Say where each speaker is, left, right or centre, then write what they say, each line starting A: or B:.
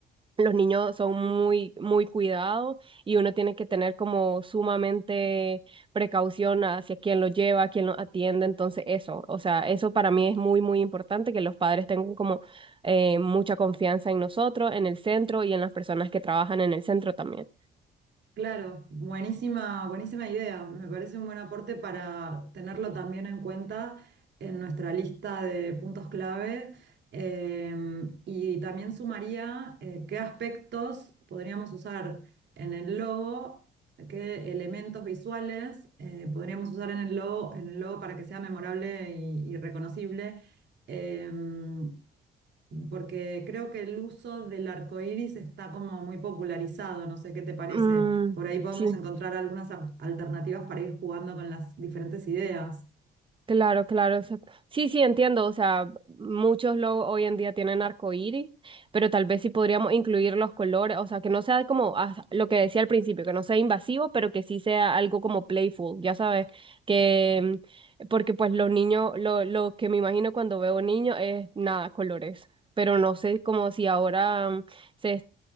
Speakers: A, on the right; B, on the right.
A: los niños son muy, muy cuidados y uno tiene que tener como sumamente precaución hacia quién los lleva, quién los atiende, entonces eso, o sea, eso para mí es muy, muy importante, que los padres tengan como eh, mucha confianza en nosotros, en el centro y en las personas que trabajan en el centro también.
B: Claro, buenísima, buenísima idea. Me parece un buen aporte para tenerlo también en cuenta en nuestra lista de puntos clave. Em, y también sumaría eh, qué aspectos podríamos usar en el logo, qué elementos visuales eh, podríamos usar en el logo, en el logo para que sea memorable y, y reconocible. Em, porque creo que el uso del arco iris está como muy popularizado, no sé qué te parece.
A: Mm,
B: Por ahí podemos
A: sí.
B: encontrar algunas al- alternativas para ir jugando con las diferentes ideas.
A: Claro, claro, exacto. Sí, sí, entiendo. O sea, muchos logos hoy en día tienen arcoíris, pero tal vez sí podríamos incluir los colores. O sea, que no sea como as- lo que decía al principio, que no sea invasivo, pero que sí sea algo como playful, ya sabes, que mm, porque pues los niños, lo, lo que me imagino cuando veo niños es nada, colores. Pero no sé como si ahora mm, se es-